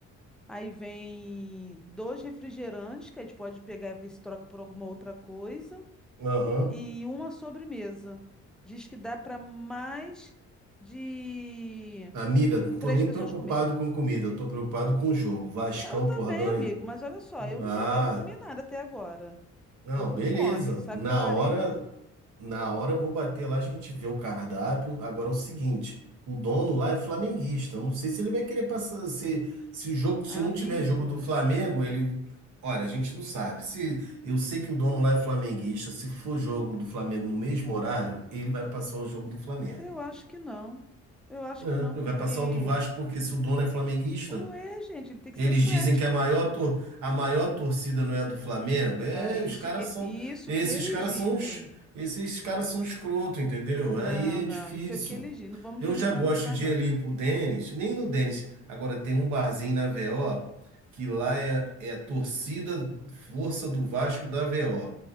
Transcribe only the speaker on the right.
Aham.
Amiga, não tô
nem
preocupado
com comida, eu tô preocupado com o jogo. Vascão,
porra, ganha.
Ah,
não,
beleza.
Na
hora, Na hora eu vou bater lá, a gente vê o cardápio. Agora é o seguinte, o dono lá é flamenguista. Eu não sei se ele vai querer passar se se o jogo, se
não
tiver jogo do Flamengo, ele, olha, a gente não sabe. Se eu sei que o dono lá é flamenguista, se for jogo do Flamengo no mesmo horário, ele vai passar o jogo do Flamengo,
né?
Ele
vai passar o do Vasco porque se o dono é flamenguista,
eles
dizem que a maior, tor a maior torcida não é a do Flamengo. É,
os caras
são.
Esses
caras
são os. Esses caras são escroto, entendeu?
Aí
é difícil.
Eu
já gosto de
ir ali pro Denis, nem no Denis. Agora tem um barzinho na VO que lá é, é a torcida Força do Vasco da VO.